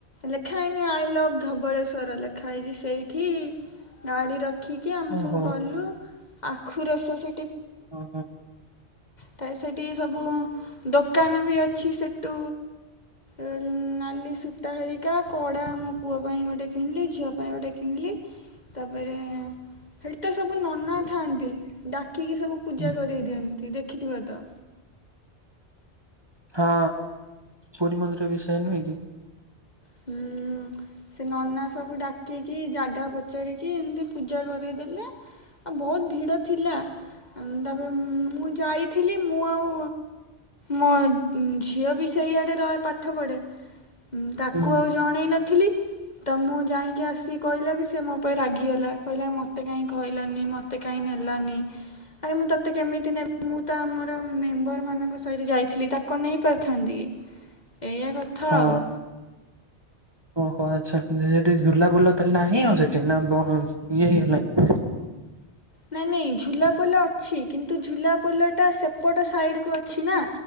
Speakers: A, on the left; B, on the right.
A: ଲେଖା ହେଇନି ଆଇ ଲଭ ଧବଳେଶ୍ଵର ଲେଖା ହେଇଛି ସେଇଠି ଗାଡି ର ଖିକି ଆମେ
B: ଓହୋ
A: ସବୁ ଗଲୁ। ଆଖୁ ରସ ସେ
B: ଓ ହୋ।
A: ତା ରେ ସେଠି ସବୁ ଦୋକାନ ବି ଅଛି ସେଠୁ ଉଁ ନାଲି ସୂତା ହେରିକା କଡା ମୋ ପୁଅ ପାଇଁ ଗୋଟେ କିଣିଲି ଝିଅ ପାଇଁ ଗୋଟେ କିଣିଲି ତାପରେ ସେଠି ତ ସବୁ ନନା ଥାଆନ୍ତି ଡା କି କି ସବୁ ପୂଜା
B: ହୁଁ
A: କରଇ ଦିଅନ୍ତି। ଦେଖିଥିବେ ତ।
B: ହଁ ପୁରୀ ମନ୍ଦିର ରେ ବି ସେଇଆ ନୁହେଁ କି?
A: ହୁଁ। ସେ ନନା ସବୁ ଡାକିକି ଜାଗା ପଚାରିକି ଏମତି ପୂଜା କରଇଦେଲେ ଆଉ ବହୁତ ଭିଡ ଥିଲା ତାପରେ ମୁଁ ଯାଇଥିଲି ମୁଁ ଆଉ ମୋ ଝିଅ ବି ସେଇଆଡେ ରଏ ପାଠ ପଢେ ତାକୁ
B: ହୁଁ
A: ଆଉ ଜଣେଇ ନଥିଲି ତ ମୁଁ ଯାଇଁ କି ଆସିକି କହିଲା ବିସ୍ ରେ ମୋ ଉପରେ ରାଗିଗଲା କହିଲା ମୋ ମୋତେ କାଇଁ କହିଲନି ମତେ କାହିଁ ନେଲନି ଆରେ ମୁଁ ତ ମତେ କେମିତି ନେ ମୁଁ ତ ଆମର ମେମ୍ବର ମାନଙ୍କ ସହିତ ଯାଇଥିଲି ତାକୁ କଣ ନେଇ ପାରିଥାନ୍ତି କି? ଏଇଆ କଥା
B: ହଁ
A: ଆଉ।
B: ଓହୋ ଆଚ୍ଛା ସେଠି ଝୁଲା ପୋଲ ତ ନାହିଁ ଆଉ ସେଠି ନା ବ ଇଏ ହେଇଗଲାଣି।
A: ନାଇଁ ନାଇଁ ଝୁଲାପୋଲ ଅଛି କିନ୍ତୁ ଝୁଲାପୋଲ ଟା ସେପଟ ସାଇଡ କୁ ଅଛି ନା